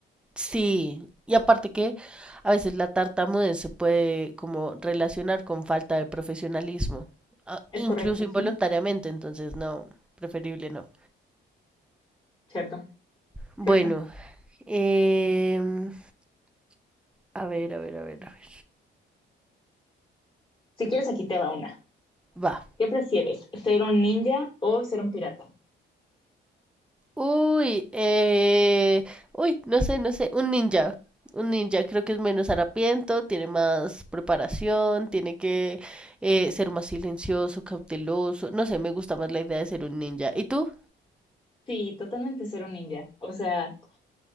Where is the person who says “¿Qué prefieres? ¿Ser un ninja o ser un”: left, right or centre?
Left